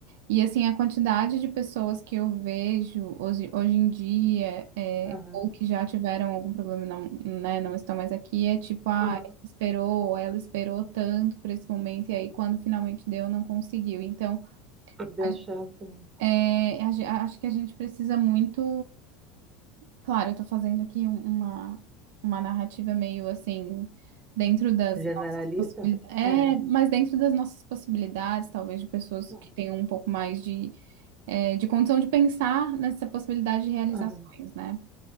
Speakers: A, on the right; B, on the right.
A: E, assim, a quantidade de pessoas que eu vejo hoje, hoje em dia, é,
B: aham,
A: ou que já tiveram algum problema, e não, né, não estão mais aqui, é tipo, ah,
B: aham,
A: esperou, ela esperou tanto por esse momento, e aí quando finalmente deu, não conseguiu. Então,
B: perdeu
A: a gen-
B: a chance, né?
A: é, a gen- acho que a gente precisa muito. Claro, eu estou fazendo aqui um- uma, uma narrativa meio assim, dentro das
B: Generalista?
A: nossas possibilidades. É,
B: É,
A: mas dentro das nossas possibilidades, talvez de pessoas
B: aham,
A: que tenham um pouco mais de, é, de condição de pensar nessa possibilidade de realizações,
B: aham,
A: né?